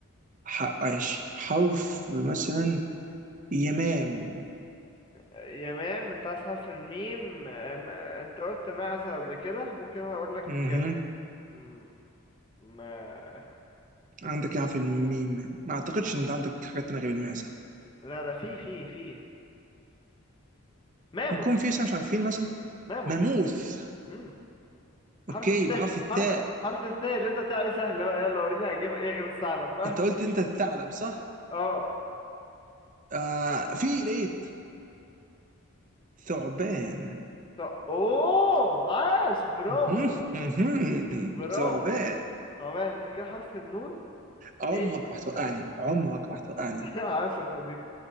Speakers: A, on the right; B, on the left.
A: ح- ماشي حرف مثلا يمام
B: يا مام انت عايز حرف الميم أم- انت قلت معزة قبل كده ممكن انا اقول لك
A: اها
B: م- ما
A: عندك يا في الميم ما اعتقدش ان انت عندك حاجات تانية غير المعزه
B: لا لا في في في ماموس
A: ممكن في اسم مش عارفين مثلا
B: ماموس
A: ماموث
B: مم. حرف
A: اوكي
B: الثاء
A: بحرف الثاء
B: حرف حرف الثاء اللي انت بتاعي سهل بقى يلا وريني هجيب ايه غير الثعلب
A: انت قلت انت الثعلب صح
B: <laughs> اه
A: آه في لقيت ثعبان
B: طب اوه عاش برافو
A: مهم، مهم.
B: برافو
A: ثعبان
B: صعبان انت كده حرف النون
A: عمرك
B: ايه بيبدأ
A: ما هتوقعني
B: بحرف
A: عمرك
B: النون
A: ما هتوقعني
B: <laughs> عاش يا صديقي